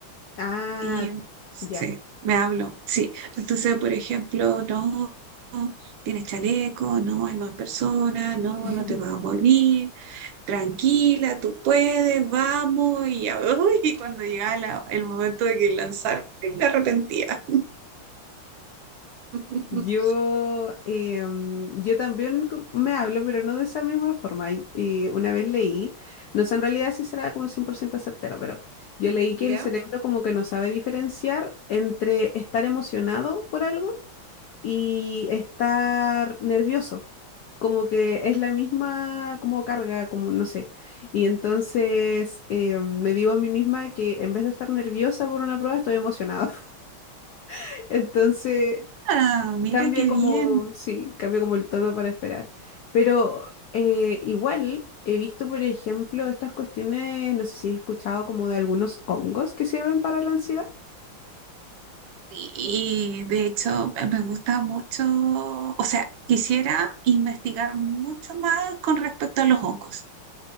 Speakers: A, on the left; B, on the right.
A: Ah,
B: Y sí,
A: ya.
B: me hablo, sí. Entonces, por ejemplo, no, no, tienes chaleco, no hay más personas, no,
A: <laughs>
B: no te vas a morir, tranquila, tú puedes, vamos. Y, ya, <laughs> uy, y cuando llegaba la- el momento de que lanzar, me arrepentía. <laughs>
A: Yo, em, yo también co- me hablo, pero no de esa misma forma. Y y una vez leí, no sé en realidad si será como 100% certero, pero yo leí que
B: ¿Ya?
A: el cerebro como que no sabe diferenciar entre estar emocionado por algo y estar nervioso. Como que es la misma como carga, como no sé. Y entonces em, me digo a mí misma que en vez de estar nerviosa por una prueba, estoy emocionada. <laughs> Entonces,
B: Ah, mira
A: Cambia
B: qué
A: como,
B: bien.
A: sí, cambia como el tono para esperar. Pero eh, igual he visto, por ejemplo, estas cuestiones, no sé si he escuchado como de algunos hongos que sirven para la ansiedad.
B: Y de hecho eh, me gusta mucho, o sea, quisiera investigar mucho más con respecto a los hongos.